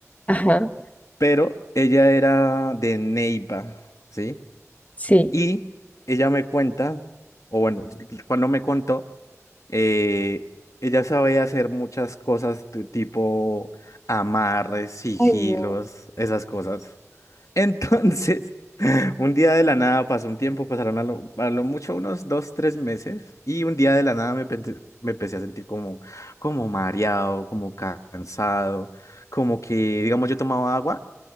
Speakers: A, on the left; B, on the left.
A: ajá,
B: Pero ella era de Neiva, ¿sí?
A: sí.
B: Y ella me cuenta, o bueno, cuando me contó, eh, ella sabe hacer muchas cosas de tipo amarres, sigilos,
A: Ay, no.
B: esas cosas. Entonces, <laughs> un día de la nada pasó un tiempo, pasaron a lo, a lo mucho unos dos, tres meses, y un día de la nada me, pente- me empecé a sentir como, como mareado, como cansado, como que, digamos, yo tomaba agua